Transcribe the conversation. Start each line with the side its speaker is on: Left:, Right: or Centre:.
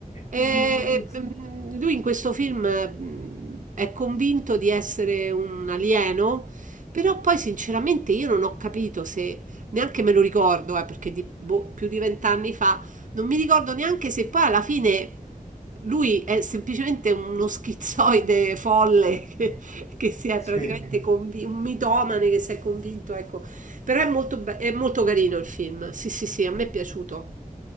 Right: E,
Left: Mm, s-
Right: e, mm, lui in questo film mm, è convinto di essere un alieno, però poi sinceramente io non ho capito se, neanche me lo ricordo, eh, perché di- boh, più di vent'anni fa, non mi ricordo neanche se poi alla fine lui è semplicemente uno schizoide folle <laughs> che, che si è
Left: sì,
Right: praticamente convi- un mitomane che si è convinto, ecco. Però è molto, be- è molto carino il film, sì sì sì, a me è piaciuto,